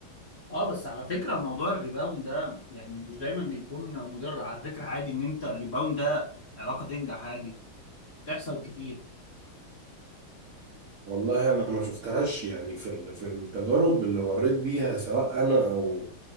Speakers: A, on the left; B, on the right.
A: اه بس على فكرة موضوع الريباوند ده يعني مش دايما بيكون مضر على فكرة عادي ان انت الريباوند ده علاقة تنجح عادي بتحصل كتير
B: والله انا ما شفتهاش يعني في ال- في التجارب اللي مريت بيها سواء انا او